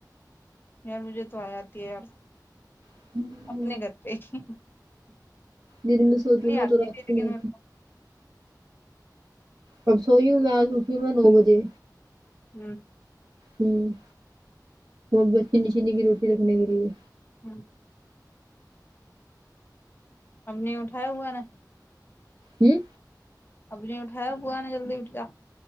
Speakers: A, on the left (about 30°); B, on the right (about 75°).
A: یار مجھے تو آ جا تی ہے یار
B: تو
A: اپنے گھر پہ ہی
B: دن میں سوتی ہوں نا
A: آتی
B: تو رات
A: تھی لیکن
B: میں
A: میرے
B: کب سوئی ہوں میں آج اٹھی ہوں میں نو بجے
A: ہوں
B: ہوں بنے چنے کی روٹی رکھنے کے لیے
A: ہاں ہم نے اٹھایا ہوا نا
B: ہوں
A: اب نہیں اٹھایا ہوا نے جلدی اٹھیا